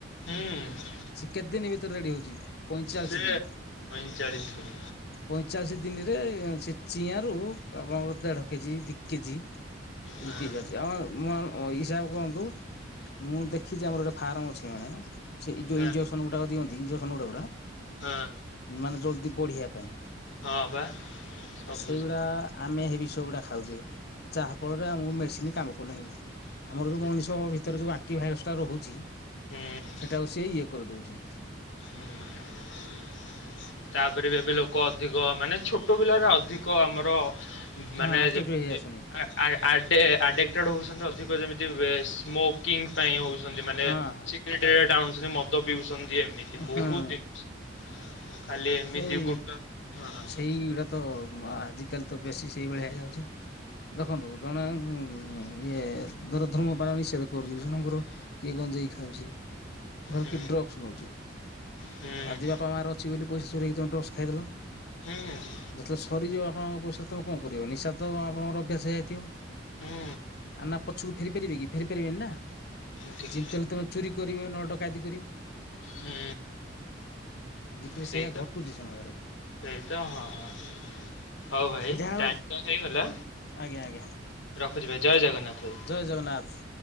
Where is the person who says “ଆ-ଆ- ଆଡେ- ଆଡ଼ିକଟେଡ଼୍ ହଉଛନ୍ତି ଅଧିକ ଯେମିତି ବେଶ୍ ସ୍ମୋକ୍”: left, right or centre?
Left